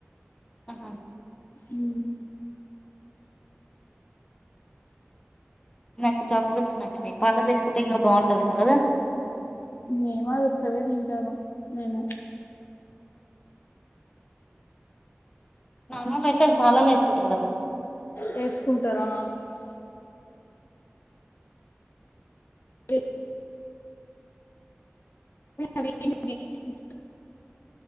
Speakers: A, on the left; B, on the left.
A: ఆహా
B: ఉమ్
A: నాకు చాకోఫిల్స్ నచ్చినాయి పాలల్లొ వేసుకుంటే ఇంకా బాగుంటాదేమో కదా
B: మేమ ఉత్తవే తింటారు మేము
A: నా నుమెట్ పాలల్లొ వేసుకుంటారు కదా
B: వేసుకుంటారా <inaudible> ద్వి అవి ఏం చెప్ప